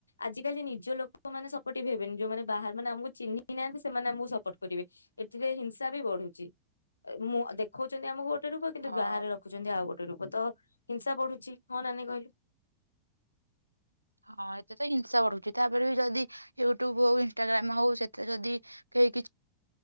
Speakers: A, on the left (about 80°); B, on the right (about 85°).
A: ଆଜିକାଲି ନିଜ ଲୋକମାନେ ସପୋର୍ଟିଭ ହେବେନି ଯୋଉମାନେ ବାହାର ମାନେ ଆମକୁ ଚିହ୍ନି ନାହାନ୍ତି ସେମାନେ ଆମକୁ ସପୋର୍ଟ କରିବେ ଏଥିରେ ହିଂସା ବି ବଢୁଚି ଅ ମୁଁ ଅ ଦେଖୋଉଚନ୍ତି ଆମକୁ ଗୋ ଗୋଟେ ରୂପ କିନ୍ତୁ
B: ହଁ
A: ବାହାରେ ରଖୁଚନ୍ତି ଆଉ ଗୋଟ ରୂ ତ ହିଂସା ବଢୁଚି ହଁ ନାଇଁ କହିଲୁ?
B: ହଁ ଏଥରେ ତ ହିଂସା ବଢୁଚି ତାପରେ ବି ଯଦି ୟୁଟ୍ୟୁବୁ ହୋଉ ଇନଷ୍ଟାଗ୍ରାମ ହୋଉ ସେଥିରେ ଯଦି କେହି କିଚ୍